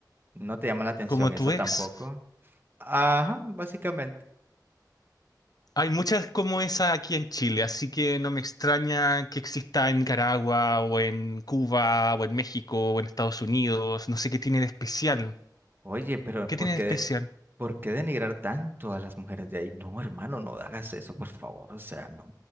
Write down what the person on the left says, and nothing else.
como
tu ex.
Hay muchas como esa aquí en Chile, así que no me extraña que exista en Nicaragua o en Cuba o en México o en Estados Unidos. No sé qué tiene de especial.
¿Qué
tiene
de especial?